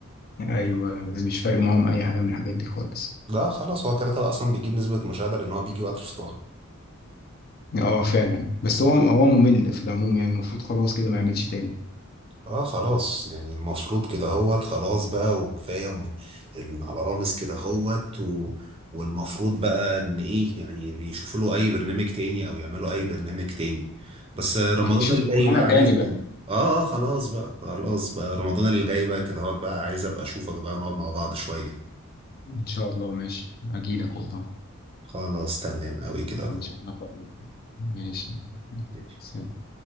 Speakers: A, on the left (about 45°); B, on the right (about 25°).
A: ايوه أنا مش فارق معاهم اي حاجه من الحاجات دي خالص
B: لا خلاص هو كده كده اصلا بيجيب نسبة مشاهدة لان هو بيجي وقت الفطار
A: اه فعلا بس هو هو ممل في العموم يعني المفروض خلاص كده ما يعملش تاني
B: اه خلاص يعني المفروض كده هوت خلاص بقى وكفاية م- إن على رامز كده هوت و... والمفروض بقى ان ايه يعني اللي يشوفوا له اي برنامج تاني او يعملوا اي برنامج تاني بس رمضان
A: نشوف
B: اللي جاي
A: شغلانه
B: بقى
A: تاني
B: عايز
A: بقى
B: اه اه خلاص بقى خلاص بقى رمضان اللي جاي بقى كده هوت بقى عايز ابقى اشوفك بقى ونقعد مع بعض شوية
A: ان شاء الله ماشي اجيلك والله
B: خلاص تمام قوي كده
A: ان شاء الله ماشي
B: ماشي
A: سلام